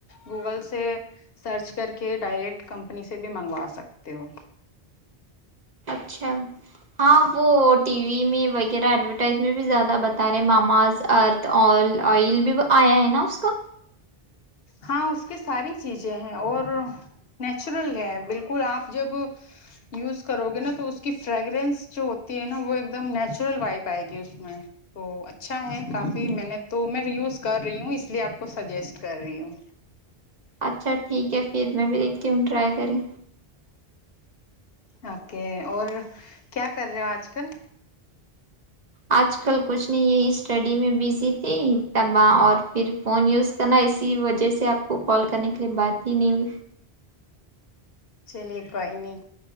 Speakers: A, on the left; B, on the right.
A: گوگل سے سرچ کر کے ڈائریکٹ کمپنی سے بھی منگوا سکتے ہو
B: اچھا ہاں وہ ٹی وی میں ایڈورٹائز میں بھی زیادہ بتا سارے ماماز ارتھ ا آئل بھی آیا ہے نا اس کا
A: ہاں اس کے ساری چیزیں ہیں اور نیچرل ہے بالکل آپ جب یوز کرو گے نا تو اس کی فریگررینس جو ہوتی ہے نا وہ ایک دم نیچرل وائپ آئے گی اس میں تو اچھا ہے کافی میں نے تو میں ریوز کر رہی ہوں اس لیے آپ کو سجیسٹ کر رہی ہوں
B: اچھا ٹھیک ہے پھر میں بھی دیکتی ہوں ٹائی کرریں
A: اوکے اور کیا کر رہے ہو آج کل
B: آج کل کچھ نہیں یہی اسٹڈی میں بزی تھی تب اور پھر فون یوز کرنا اسی وجہ سے آپ کو کال کرنے کے لیے بات تین بھی
A: چلیے کوئی نہیں